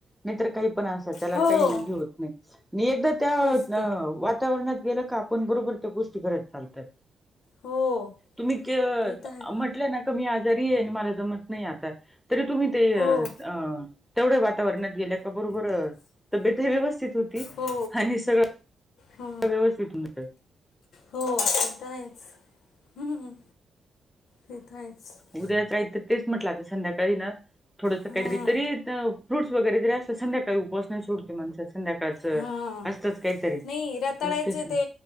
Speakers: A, in the centre; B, on the left (about 80°).
A: नाहीतर काही पण असा त्याला
B: हो
A: काही हे होत नाही. नी एकदा त्या
B: तेच तर
A: वातावरणात गेलं का, आपण बरोबर त्या गोष्टी करत चालतात.
B: हो.
A: तुम्ही के
B: ते तर आहे
A: म्हटलं ना, का मी आजारी आहे आणि मला जमत नाही आता तरी तुम्ही ते
B: हो
A: अ अ तेवढ्या वातावरणात गेल्या का बरोबर तब्येतही व्यवस्थित होत ती
B: हो
A: आणि सगळं
B: हो
A: व्यवस्थित हून येतं.
B: हो, ते तर आहेच. हम्, ते तर आहेच.
A: उद्या काही तर तेच म्हटलं आता संध्याकाळी ना, थोडसं
B: हा
A: काहीतरी तरी फ्रूट्स वगैरे जरी असलं, संध्याकाळी उपास नाही सोडते माणसं. संध्याकाळचं,
B: हा
A: असतंच काहीतरी.
B: नाही रताळ्याचे
A: मग तेच
B: ते